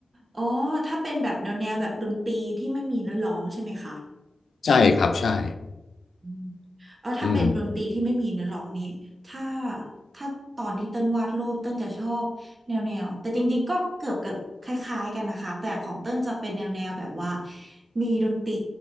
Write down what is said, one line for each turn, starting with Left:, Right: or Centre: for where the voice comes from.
Right: อ๋อถ้าเป็นแบบแนวแนวแบบดนตรีที่ไม่มีเนื้อร้องใช่ไหมคะ
Left: ใช่ครับใช่
Right: อืมเออถ้าเป็นดนตรีที่ไม่มีเนื้อร้องนี่ถ้า
Left: อืม
Right: ถ้าตอนที่เต้นวาดรูปเต้นจะชอบแนวแนว แต่จริงๆ ก็เกือบเกือบคล้ายๆกันนะคะ แต่ของเต้นจะเป็นแนวแนวแบบว่ามีดนตรี